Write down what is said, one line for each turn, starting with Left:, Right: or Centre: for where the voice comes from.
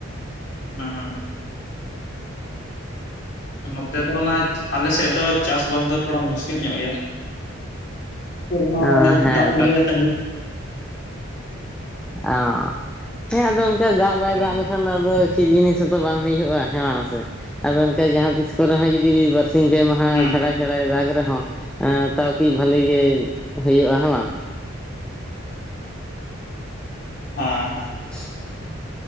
Left: ᱚ ᱦᱚᱸ᱾ ᱱᱚᱛᱮ ᱫᱚ ᱚᱱᱟ ᱪ ᱟᱞᱮ ᱥᱮᱜ ᱫᱚ ᱪᱟᱥᱵᱟᱥ ᱫᱚᱼᱼ ᱛᱷᱚᱲᱟ ᱢᱩᱥᱠᱤᱞ ᱧᱚᱜ ᱜᱮᱭᱟ <inaudible> ᱥᱤᱨᱢᱟ
Centre: ᱚᱸ ᱦᱮᱸ
Left: ᱫᱟᱜ ᱜᱮᱞᱮ
Centre: ᱛᱚ
Left: ᱛᱟᱺᱜᱤᱼᱼ
Centre: ᱟᱸᱻ <unintelligible> ᱦᱮᱸ ᱟᱫᱚ ᱚᱱᱠᱟ ᱫᱟᱜ ᱵᱟᱭ
Left: ᱦᱩᱸ
Centre: ᱫᱟᱜ ᱞᱮᱠᱷᱟᱱ ᱟᱫᱚᱼᱼ ᱪᱮᱫ ᱡᱤᱱᱤᱥ ᱦᱚᱸᱛᱚ ᱵᱟᱝ ᱦᱩᱭᱩᱜ-ᱟ ᱦᱮᱸ ᱵᱟᱝ ᱥᱮ ᱟᱫᱚ ᱚᱱᱠᱟ ᱡᱟᱦᱟᱸ ᱛᱤᱥ ᱠᱚᱨᱮ ᱦᱚᱸ ᱡᱩᱫᱤ ᱵᱟᱨ ᱥᱤᱝ ᱯᱮ ᱢᱟᱦᱟ
Left: ᱦᱩᱸ
Centre: ᱪᱷᱟᱲᱟᱭ-ᱪᱷᱟᱲᱟᱭ ᱫᱟᱜ ᱨᱮᱦᱚᱸ ᱛᱟᱣ ᱠᱤ ᱵᱟᱹᱞᱤ ᱜᱮ ᱦᱩᱭᱩᱜ-ᱟ ᱦᱮᱸ ᱵᱟᱝ?
Left: ᱦᱚᱭ ᱻ
Centre: <unintelligible>